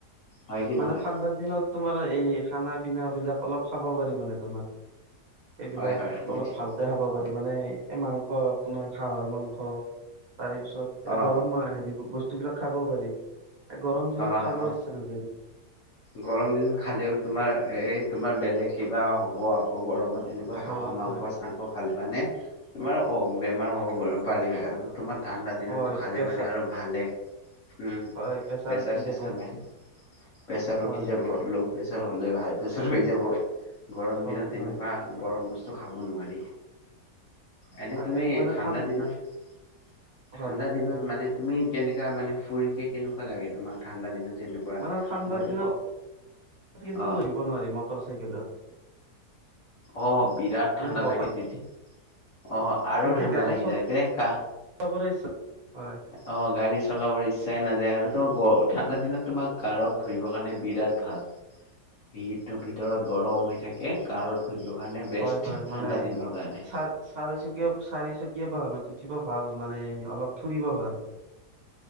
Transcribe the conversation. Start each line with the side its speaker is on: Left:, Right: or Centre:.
Left: হয় কি নহয়
Right: মানে ঠাণ্ডাৰ দিনত তোমাৰ এই খানা-পিনাবিলাক অলপ খাব পাৰি মানে তোমাৰ। এইবিলাক
Left: হয় হয় তুমি
Right: অলপ
Left: ঠিক
Right: ভালকে খাব পাৰি মানে। এই মাংস, তোমাৰ হাঁহৰ মাংস তাৰে পিছত
Left: অ
Right: এ গৰম মা- হেৰি বস্তুবিলাক খাব পাৰি। এই গৰম দিনত
Left: অ
Right: খাব
Left: অ
Right: ইচ্ছা ন
Left: গৰম দিন খালেও তোমাৰ এই তোমাৰ বেলেগ কিবা হ'ব আকৌ গৰমত। তেনেকুৱা
Right: হয়
Left: হাঁহৰ মাংস-চাংস
Right: হয়
Left: খালে মানে, তোমাৰ অ'- বেমাৰ হ'ব পুৰা <unintelligible> তোমাৰ ঠাণ্ডা দিনতো
Right: হয়
Left: খালে
Right: প্ৰেছাৰ
Left: মানে আৰু ভালে। উম
Right: হয়
Left: প্ৰেছাৰ
Right: উঠি
Left: চেচাৰ
Right: যাব
Left: বাৰে। প্ৰেছাৰ
Right: হয়
Left: উঠি যাব ল' প্ৰেছাৰ হ'লেও হাই প্ৰেছাৰ হৈ যাব। গৰম
Right: হয়
Left: দিনত তেনেকুৱা
Right: হয়
Left: গৰম বস্তু খাব নোৱাৰি। এনে
Right: তাকেইতো
Left: তুমি
Right: মানে
Left: ঠাণ্ডা
Right: ঠান
Left: দিনত ঠাণ্ডা
Right: হয়
Left: দিনত
Right: কোৱা
Left: মানে তুমি কেনেককা মানে ফুৰি কে কেনেকুৱা লাগে তোমাক ঠাণ্ডা দিনত যেনেকুৱা
Right: মানে ঠাণ্ডাৰ
Left: মইতো
Right: কিন্তু
Left: ক অ
Right: ফুৰিব নোৱাৰি মটৰ চাইকেলত
Left: অ বিৰাট
Right: মানে
Left: ঠাণ্ডা
Right: বতাহ
Left: লাগে তেতিয়া অ' আৰু
Right: তেতিয়া
Left: ঠাণ্ডা
Right: গাড়ী
Left: লাগি যায় । এনে কাহ।
Right: চলাবলৈ ইচ্ছা হয়
Left: অ' গাড়ী চলাবৰ ই চ্ছাই নাযায় । আৰু তোমাৰ গ- ঠাণ্ডা দিনত তোমাক কাৰত ঘূৰিবৰ কাৰণে বিৰাট ভাল। সেয়েটো ভি ভিতৰত গৰম হৈ থাকে । কাৰত ঘূৰিবৰ কাৰণে বেষ্ট,
Right: হয় হয় মানে
Left: ঠাণ্ডা দিনৰ কাৰণে।
Right: চাৰ চাৰিচকীয়া চাৰিচকীয়া বাহনত উঠিব ভাল, মানে অলপ ফুৰিব ভাল।